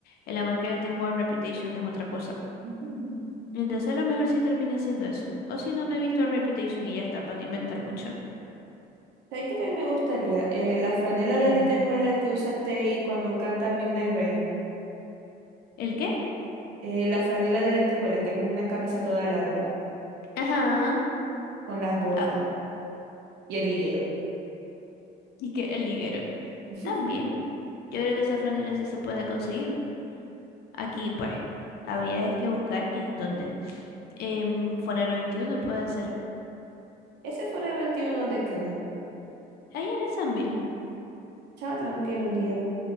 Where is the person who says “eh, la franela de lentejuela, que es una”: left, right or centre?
Right